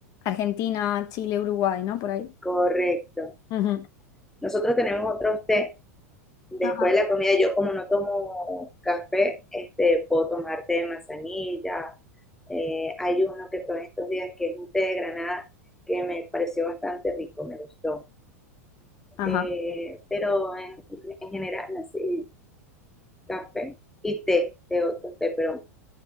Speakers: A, on the left; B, in the centre.
A: Argentina, Chile, Uruguay, ¿no? Por ahí.
B: correcto.
A: Ujú.
B: Nosotros tenemos otros té. Después
A: Ajá,
B: de la comida, yo como no tomo café, este, puedo tomar té de manzanilla. Eh, hay uno que todos estos días que es un té de granada que me pareció bastante rico, me gustó.
A: ajá.
B: Eh, pero en, en general, así, café y té de otro té, pero